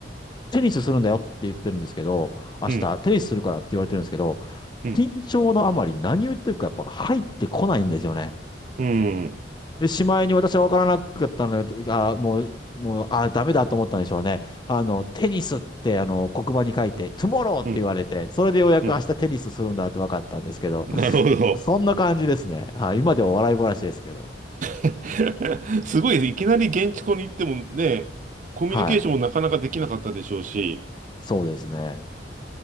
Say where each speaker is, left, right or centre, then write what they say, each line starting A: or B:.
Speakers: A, on the left (about 25°); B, on the right (about 45°).
A: テニスするんだよって言ってるんですけど、明日、
B: うん、
A: テニスするからって言われてるんですけど、
B: うん、
A: 緊張のあまり何を言ってるかやっぱ入ってこないんですよね。
B: うん、
A: で、しまいに私は分からなかったので、あ、もう、もう、あ、ダメだと思ったんでしょうね。あの、テニスって、あの、黒板に書いて、トゥモローって言われて、
B: うん、
A: それでようやく明日テニスするんだって分かったんですけど、
B: うん。なるほど。
A: そんな感じですね。はい。今では笑い話ですけど。
B: <laughs> すごい、いきなり現地校に行ってもね、コミュニケーションもなかなかできなかったでしょうし、
A: はい。そうですね。